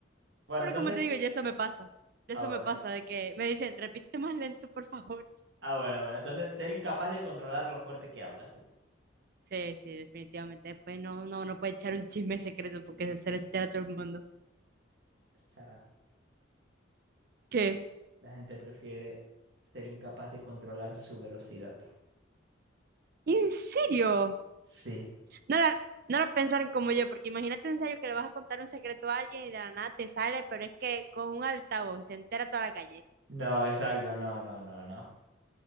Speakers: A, on the right; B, on the right.
A: Bueno,
B: Pero
A: entonces,
B: como te digo, ya eso me pasa. Ya
A: ah,
B: Eso
A: bueno,
B: me pasa, de que me dicen, repite más lento, por favor.
A: Ah, bueno, bueno. Entonces, ser incapaz de controlar lo fuerte que hablas.
B: Sí, sí, definitivamente. Después no, no, no puede echar un chisme secreto porque se lo entera todo el mundo.
A: Sara,
B: ¿Qué?
A: la gente prefiere ser incapaz de controlar su velocidad.
B: ¿En serio?
A: Sí.
B: No la, no la pensaron como yo, porque imagínate en serio que le vas a contar un secreto a alguien y de la nada te sale, pero es que con un altavoz y se entera toda la calle.
A: No, exacto. No, no, no, no.